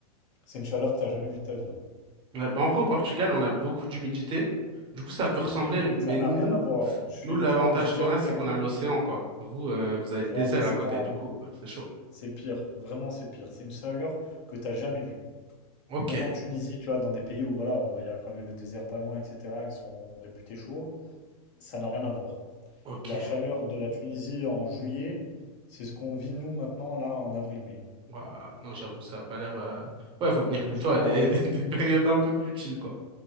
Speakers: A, on the left; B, on the right.
A: c'est une chaleur que t'as jamais vue de ta vie. hein.
B: Ouais, bah en vrai, au Portugal, on a beaucoup d'humidité. Du coup, ça peut ressembler,
A: Oublie,
B: mais
A: ça n'a
B: nous,
A: rien à voir. Je suis
B: nous, l'avantage
A: déjà, j'ai déjà
B: qu'on
A: vu
B: a, c'est
A: un
B: qu'on
A: peu.
B: a l'océan, quoi. Vous, euh, vous avez le désert
A: Ouais, mais c'est
B: à côté,
A: pas,
B: du coup, euh, c'est chaud.
A: c'est pire. Vraiment, c'est pire. C'est une chaleur que t'as jamais vue.
B: Ok,
A: Même en Tunisie, tu vois, dans des pays où voilà, où il y a quand même le désert pas loin, etc., qui sont réputés chauds, ça n'a rien à voir.
B: ok.
A: La chaleur de la Tunisie en juillet, c'est ce qu'on vit nous maintenant là en avril-mai.
B: Ouah, Non, j'avoue, ça a pas l'air. euh, Ouais, faut venir
A: Donc
B: plutôt
A: juin,
B: à des,
A: ouais,
B: <laughs> des, des périodes un peu plus chill, quoi.